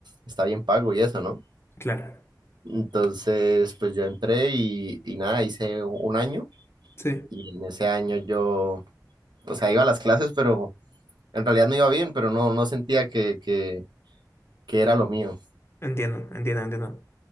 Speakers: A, on the right; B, on the left.
A: está bien pago y eso, ¿no?
B: Claro.
A: Entonces, pues yo entré y, y nada, hice un año
B: Sí,
A: y en ese año yo, o sea, iba a las clases, pero en realidad me iba bien, pero no, no sentía que, que, que era lo mío.
B: entiendo, entiendo, entiendo.